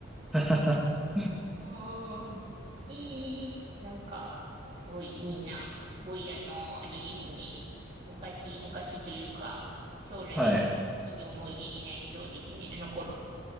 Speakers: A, in the centre; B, on the right.
A: <laughs>
B: <laughs> うん。いい、なんか、すごいいいな。すごい、あの、あれですね。昔、昔というか、将来、
A: はい。
B: いい思い出になりそうですね。あの頃、